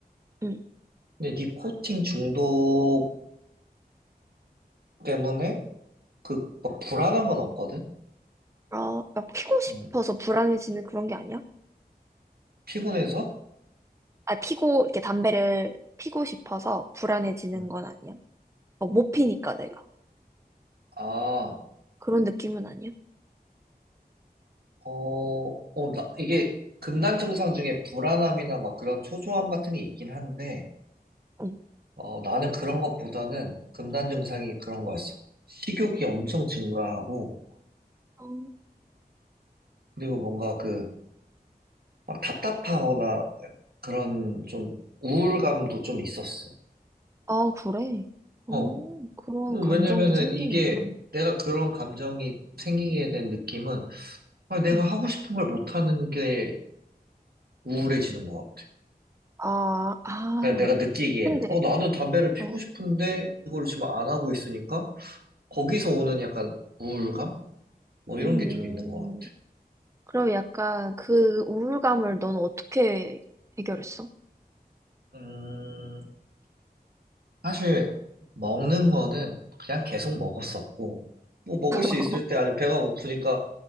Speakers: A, on the right; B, on the right.
A: 응.
B: 근데 니코틴 중독 때문에 그 막 불안한 건 없거든?
A: 어, 막 피고 싶어서
B: 음,
A: 불안해지는 그런 게 아니야?
B: 피곤해서?
A: 아, 피고, 이렇게 담배를 피고 싶어서 불안해지는
B: 음,
A: 건 아니야? 어, 못 피니까 내가.
B: 아,
A: 그런 느낌은 아니야?
B: 어, 어, 나, 이게 금단 증상 중에 불안함이나 막 그런 초조함 같은 게 있긴 한데,
A: 응.
B: 어, 나는 그런 것보다는 금단 증상이 그런 거였어. 식욕이 엄청 증가하고,
A: 어,
B: 그리고 뭔가 그, 막 답답하거나 그런 좀 우울감도 좀 있었어.
A: 아, 그래.
B: 어,
A: 어, 그런
B: 음,
A: 감정도
B: 왜냐면은
A: 생기는구나.
B: 이게 내가 그런 감정이 생기게 된 느낌은, 아, 내가
A: 응.
B: 하고 싶은 걸 못하는 게 우울해지는 것 같아.
A: 아, 아.
B: 그냥 내가 느끼기에는,
A: 근데,
B: 어, 나는 담배를 피우고
A: 어,
B: 싶은데 이걸 지금 안 하고 있으니까, 거기서 오는 약간 우울감? 뭐 이런
A: 음,
B: 게 좀 있는 것
A: 그럼 약간 그 우울감을 넌 어떻게 해결했어?
B: 같아. 음, 사실 먹는 거는 그냥 계속 먹었었고 뭐 먹을 수
A: 어,
B: 있을 때 아니면 배가 고프니까